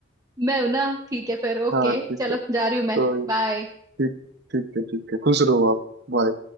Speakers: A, on the right; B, on the right.
A: मैं हूं ना ठीक है फिर ओके
B: हाँ ठीक
A: चलो
B: है
A: जा रही
B: तो
A: हूँ मैं बाय
B: ठीक ठीक है ठीक है खुश रहो आप बाय